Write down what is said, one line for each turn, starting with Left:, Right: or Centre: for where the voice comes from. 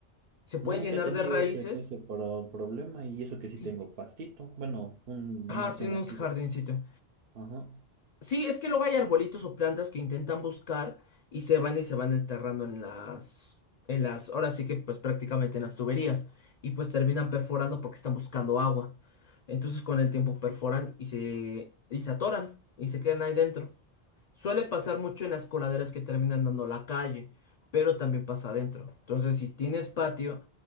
Left: Se pueden
Right: nunca
Left: llenar
Right: he tenido
Left: de raíces.
Right: ese, ese pro- problema y eso que sí
Left: Sí,
Right: tengo pastito. Bueno, un-
Left: Ah,
Right: una zona
Left: tiene un
Right: así
Left: jardincito.
Right: de... Ajá.
Left: Sí, es que luego hay arbolitos o plantas que intentan buscar y se van y se van enterrando en las, en las, ahora sí que pues prácticamente en las tuberías y pues terminan perforando porque están buscando agua. Entonces con el tiempo perforan y se, y se atoran y se quedan ahí dentro. Suele pasar mucho en las coladeras que terminan dando a la calle, pero también pasa adentro. Entonces si tienes patio,